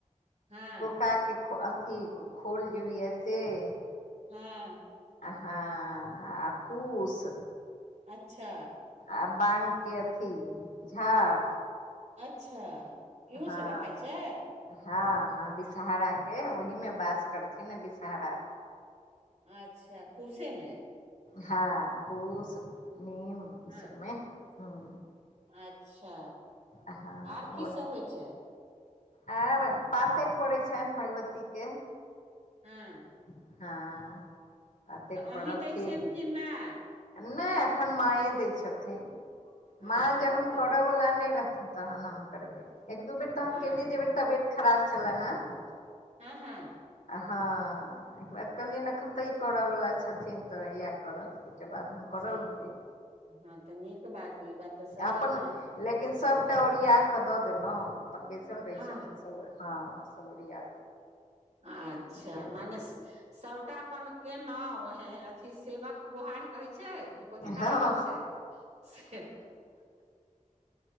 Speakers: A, on the right; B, on the left.
A: हँ
B: प के अथी खोल जे हइय से <unintelligible>
A: हँ
B: हाँ आ खूस
A: अच्छा
B: आ बाग के अथी झाड़
A: अच्छा इहो
B: हँ
A: सब रखाइत छै
B: हँ हँ विषहहारे ओहिमे वास करथिन विषहारा
A: अच्छा कुसे मे
B: हँ कुश नीम ई
A: हं
B: सबमे हँ
A: अच्छा
B: हँ
A: आर
B: आओर
A: की सब होइ छै
B: आर पातरि पड़ै छनि भगवती के
A: हं
B: हँ पातरि
A: तऽ
B: पड़ल
A: अहीं दैय
B: खीर
A: छियन कि माय
B: नहि एखन मांये दै छथिन
A: ओ
B: मां जहन
A: तऽ
B: करऽवला नहि रहथिन तहन हम करबै एक दू बेर तऽ
A: हँ
B: हम केलियै जे बेर तबियत खराब छलैन हं
A: हँ हँ
B: हँ एहिके बाद कहलियनि एखन तऽ ई करयवला छथिन तऽ इएह करत तके बाद हम करऽ
A: सही
B: लगलबै
A: हँ तऽ नीक बात ई बात तऽ सहीमे
B: अपन लेकिन सबटा ओरिया कऽ दऽ देलहुँ अपन बैसल रहै
A: हँ
B: छथिन सब हँ सब ओरिया
A: अच्छा
B: केलक
A: मने सभटा अपन केलहुँ ह अथी सेबक गुहार कहै छै कि कथी कहावत
B: हँ
A: छै से